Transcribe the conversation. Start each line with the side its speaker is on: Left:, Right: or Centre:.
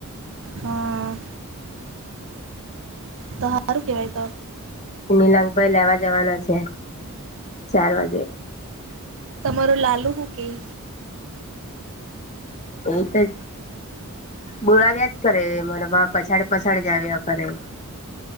Right: હા. તો હારું કેવાય તો
Left: મીલાંક ભાઈ લેવા જવાના છે ચાર વાગે
Right: મારું લાલુ હું કેય
Left: એ તો જ બોલાવ્યાજ કરે મારા બાપ પછાડ પછાડ જાવ્યા કરે